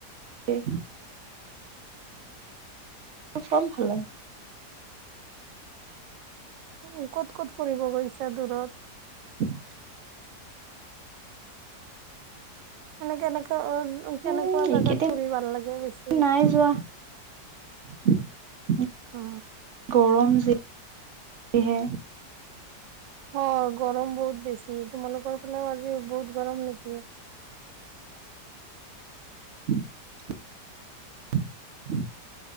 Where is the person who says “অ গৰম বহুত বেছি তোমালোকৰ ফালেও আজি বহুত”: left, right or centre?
Right